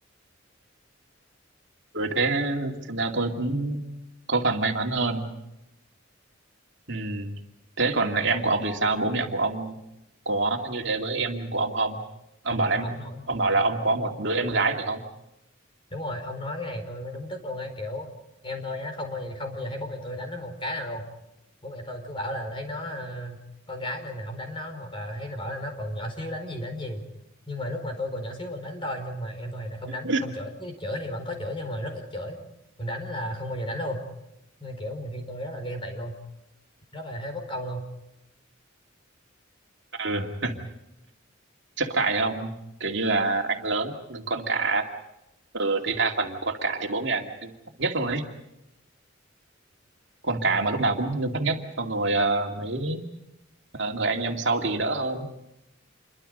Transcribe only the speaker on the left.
ông
ừ,
ông nói
đúng rồi ông nói cái này tôi mới đúng tức luôn ấy kiểu em tôi nhá không bao giờ không bao giờ thấy bố mẹ tôi đánh nó một cái nào luôn bố mẹ tôi cứ bảo là thấy nó ờ, con gái nên là không đánh nó hoặc là thấy nó bảo là nó còn nhỏ xíu đánh gì đánh gì nhưng mà lúc mà tôi còn nhỏ xíu vẫn đánh tôi nhưng mà em tôi thì lại không
đánh không chửi Chứ chửi thì vẫn có chửi nhưng mà rất ít chửi còn đánh là không bao giờ đánh luôn nên kiểu nhiều khi tôi rất là ghen tị luôn rất là thấy bất công luôn